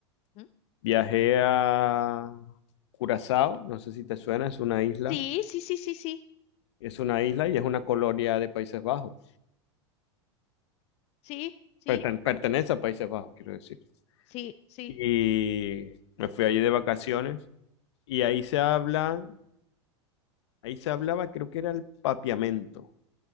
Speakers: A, on the left; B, on the left.
A: ¿Mm?
B: Viajé a Curazao, no sé si te suena, es una isla,
A: Sí, sí, sí, sí, sí,
B: es una isla y es una colonia de Países Bajos,
A: sí, sí,
B: Perten- pertenece a Países Bajos, quiero decir.
A: sí, sí.
B: Y me fui allí de vacaciones y ahí se habla, ahí se hablaba, creo que era el papiamento